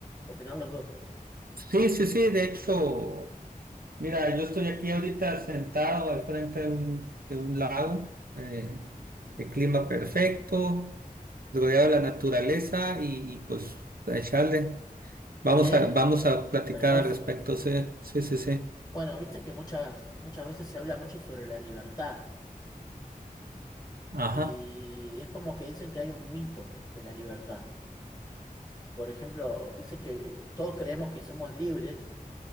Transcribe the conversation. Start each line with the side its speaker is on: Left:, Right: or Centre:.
Left: opinar los dos.
Right: Sí, sí, sí, de hecho. Mira, yo estoy aquí ahorita sentado al frente de un, de un lago, eh, el clima perfecto, rodeado
Left: Ah,
Right: de la naturaleza y, y, pues a echarle.
Left: bien,
Right: Vamos a, vamos a platicar
Left: hermoso.
Right: al respecto, sí, sí, sí, sí.
Left: Bueno, viste que muchas, muchas veces se habla mucho sobre la libertad
Right: Ajá.
Left: y es como que dicen que hay un mito de la libertad. Por ejemplo, dice que todos creemos que somos libres